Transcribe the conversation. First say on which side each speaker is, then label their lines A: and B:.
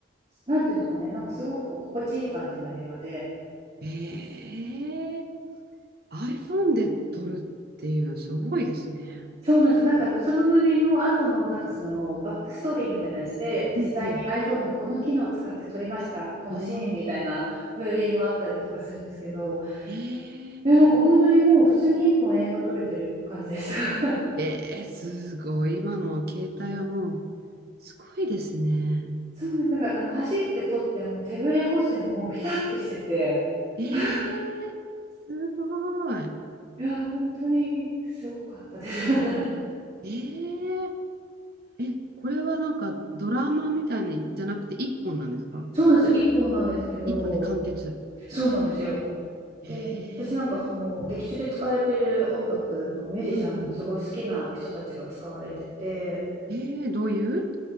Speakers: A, on the right; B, on the right.
A: うなんていうんですかねなんかすごくこう心地いい感じの映画で
B: ええ iPhone で撮るっていうのはすごいですね。
A: そうなんですよなんかあのそのムービーの後のなんかそのバックストーリーみたいなやつで実際に
B: うん、
A: iPhone のこの機能を使って撮りましたこのシーンみたいなムービーもあったりとかするんですけど
B: うん。ああ、ええ
A: えなんか本当にもう普通に一本映画撮れてる感じでした。<laughs>
B: ええすごい。今の携帯はもう、すごいですね。
A: そうですなんかあの走って撮っても手ぶれ補正ももうピタッてしててい
B: ええすごい。
A: や、本当にすごかったです。<laughs>
B: えええ、これはなんかドラマみたいにじゃなくて一本なんですか
A: そうなんですよ、一本なんですけど、
B: 一本で完結。
A: そうなんですよ。
B: ええ
A: で、私なんかその劇中で使われてる音楽のミュージシャンもすごい好きな人たちが使われてて、
B: うんうん。ええどういう